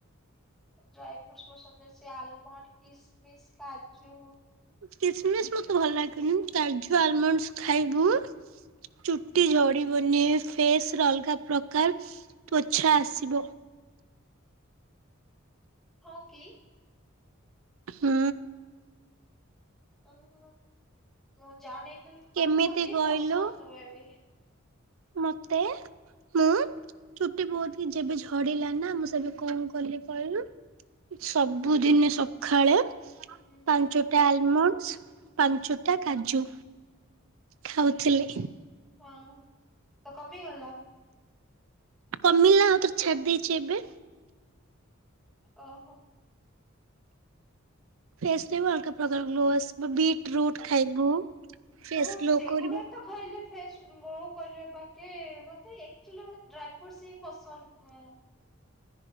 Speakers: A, in the centre; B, on the right.
A: ଡ୍ରାଏ ଫ୍ରୁଟ୍ ସ୍ ପସନ୍ଦ ଏ ସେ ଆଲମଣ୍ଡ କିସ୍ ମିସ୍ କାଜୁ।
B: କିସ୍ ମିସ୍ ମତେ ଭଲ ଲାଗେନି କାଜୁ ଆଲମଣ୍ଡ ଖାଇବୁ ଚୁଟି ଝଡି଼ବନି ଫେସ୍ ରେ ଅଲଗା ପ୍ରକାର ତ୍ଵଛା ଆସିବ।
A: ହଁ କି?
B: ହୁଁ।
A: ଓହୋଁ ମୁଁ ଜାଣିନି ପିଖି
B: କେମିତି
A: ମତେ
B: କହିଲୁ
A: ପସନ୍ଦ ନୁହେଁ ବି।
B: ମତେ? ମୁଁ ଚୁଟି ବୋହୁତ୍ ହି ଯେବେ ଝଡି଼ଲା ନା ମୁଁ ସେବେ କଣ କଲି କହିଲୁ? ସବୁଦିନେ ସକାଳେ
A: ହୁଁ
B: ପାଞ୍ଚଟା ଆଲମଣ୍ଡସ୍, ପାଞ୍ଚଟା କାଜୁ। ଖାଉଥିଲି
A: ଆଛା ହଁ ତ କମିଗଲା?
B: କମିଲା ଆଉ ତୋର ଛାଡି ଦେଇଛି ଏବେ।
A: ଓହୋ,
B: ଫେସ୍ ରେ ବି ଅଲଗା ପ୍ରକର ଗ୍ଲୋ ଆସିବ। ବିଟ୍ ରୁଟ ଖାଇବୁ। ଫେସ୍
A: ଓହୋ ସେଗୁଡା
B: ଗ୍ଲୋ କରିବ
A: ତ ଖାଇଲେ ଫେସ୍ ଗ୍ଲୋ କରିବ ବାକି ମତେ ଏକ୍ଚୁଲି ମତେ ଡ୍ରାଇ ଫ୍ରୁଟସ ହିଁ ପସନ୍ଦ ନୁହେଁ,